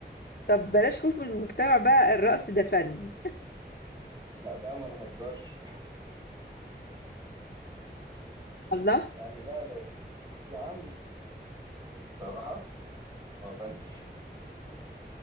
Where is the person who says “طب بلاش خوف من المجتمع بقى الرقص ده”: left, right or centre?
Left